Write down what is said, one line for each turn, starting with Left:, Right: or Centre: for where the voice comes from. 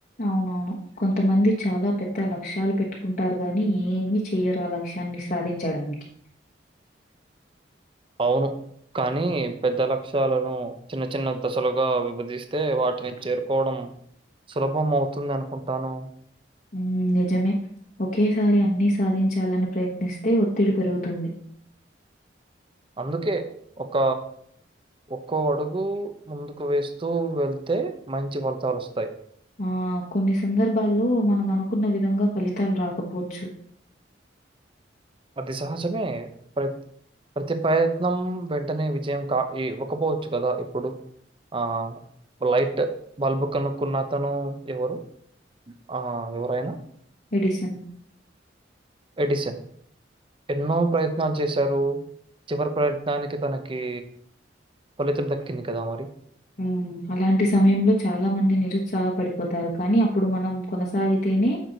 Left: అవునవును కొంతమంది చాలా పెద్ద లక్ష్యాలు పెట్టుకుంటారు గాని ఏమి చెయ్యరు అలా లక్ష్యాన్ని సాధించడానికి
Right: అవును కానీ పెద్ద లక్ష్యాలను చిన్న చిన్న దశలుగా విభజస్తే వాటిని చేరుకోవడం సులభం అవుతుంది అనుకుంటాను
Left: మ్మ్ నిజమే ఒకేసారి అన్ని సాధించాలని ప్రయత్నిస్తే ఒత్తిడి పెరుగుతుంది
Right: అందుకే ఒక ఒక్కో అడుగు ముందుకు వేస్తూ వెళ్తే మంచి ఫలితాలు వస్తాయి
Left: ఆ కొన్ని సందర్భాల్లో మనం అనుకున్న విధంగా ఫలితాలు రాకపోవచ్చు
Right: అది సహజమే ప్రత్ ప్రతి ప్రయత్నం వెంటనే విజయం కా ఇ ఇవ్వకపోవచ్చు కదా ఇప్పుడు ఆ లైట్ బల్బ్ కనుక్కున్న తను ఎవరు ఆ ఎవరైనా
Left: ఎడిసన్
Right: ఎడిసన్ ఎన్నో ప్రయత్నాలు చేశారు చివరి ప్రయత్నానికి తనకి ఫలితం దక్కింది కదా మరి
Left: హ్మ్. అలాంటి సమయంలో చాలా మంది నిరుత్సాహ పడిపోతారు కానీ అప్పుడు మనం కొనసాగితేనే